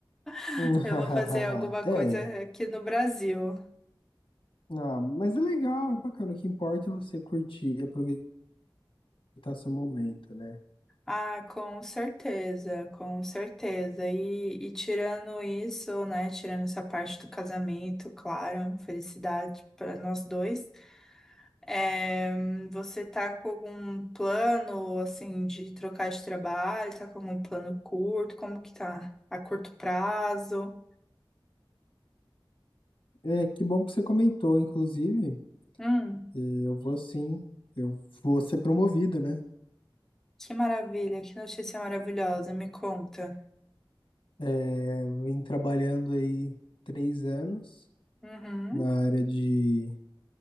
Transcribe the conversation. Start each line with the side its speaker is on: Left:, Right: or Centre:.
Centre: <laughs>
Left: <laughs>
Centre: Eu vou fazer alguma
Left: É.
Centre: coisa aqui no Brasil.
Left: Ah, mas é legal, é bacana. O que importa é você curtir e aproveitar seu momento, né?
Centre: Ah, com certeza, com certeza. E, e tirando isso, né? Tirando essa parte do casamento, claro, felicidade para nós dois. É, você tá com algum plano, assim, de trocar de trabalho? Tá com algum plano curto? Como que tá? A curto prazo?
Left: É, que bom que você comentou, inclusive.
Centre: Hum,
Left: Eu vou sim, eu vou ser promovido, né?
Centre: que maravilha, que notícia maravilhosa, me conta.
Left: É, vim trabalhando aí três anos
Centre: Uhum,
Left: na área de